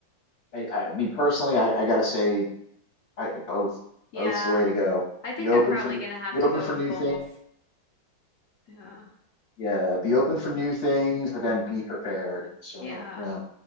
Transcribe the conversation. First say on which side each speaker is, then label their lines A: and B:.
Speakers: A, on the left; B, on the left.
A: I, I mean personally, I, I gotta say, I both
B: Yeah,
A: both's the way to go.
B: I think
A: Be open
B: I'm probably
A: for be
B: gonna have to
A: open
B: go
A: for
B: with
A: new
B: both.
A: things
B: Yeah.
A: Yeah, be open for new things, but then be prepared. So,
B: Yeah.
A: yeah.